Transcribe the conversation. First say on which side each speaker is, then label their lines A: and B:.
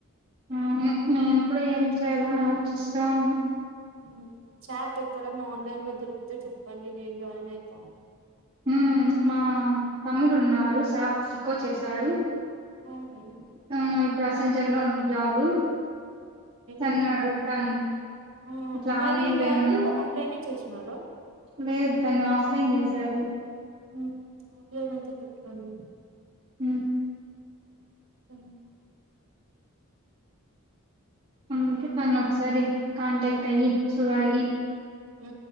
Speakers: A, on the right (about 25°); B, on the right (about 65°).
A: అవును నేను కూడా ఏం చేయల్ల అని ఆలోచిస్తా ఉన్నా
B: ఉమ్ చార్ప్ ఎక్కడ ఆన్లైన్ లో దొరికితే చెప్పండి నేన్ జాయిన్ అయితాను
A: హ్మ్. మా తమ్ముడు ఉన్నారు షాప్స్ కో చేసాడు
B: అవునా
A: ఆ ఇప్పుడు అసెంచర్ లో ఉమ్ జాబు తన్ను
B: అవును
A: అడుగుతాను
B: ఆ
A: ఇట్లా
B: మరి
A: ఆన్లైన్ లో
B: వాళ్ళు
A: ఏమన్నా?
B: ఆన్లైనే చేసినారా
A: లేద్ తను ఆఫ్ లైన్ చేశాడు
B: ఉమ్ ఆఫ్ లైన్ ఐతే బెటర్ అండి
A: ఉమ్
B: ఉమ్
A: అందుకే తనను ఒకసారి కాంటాక్ట్ అయ్యి అడిగి
B: ఉ